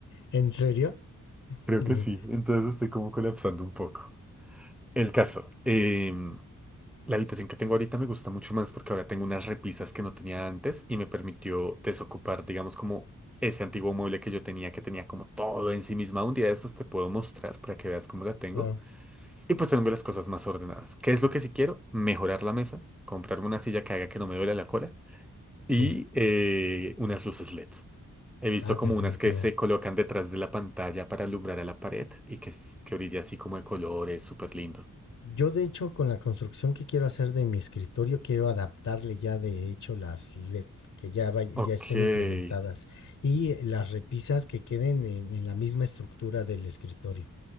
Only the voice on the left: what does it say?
¿En serio? <laughs>
Ujú,
Claro,
sí.
Ah, definitivo.
Yo, de hecho, con la construcción que quiero hacer de mi escritorio, quiero adaptarle ya, de hecho, las LED que ya, vay-
ya estén implementadas y las repisas que queden en, en la misma estructura del escritorio.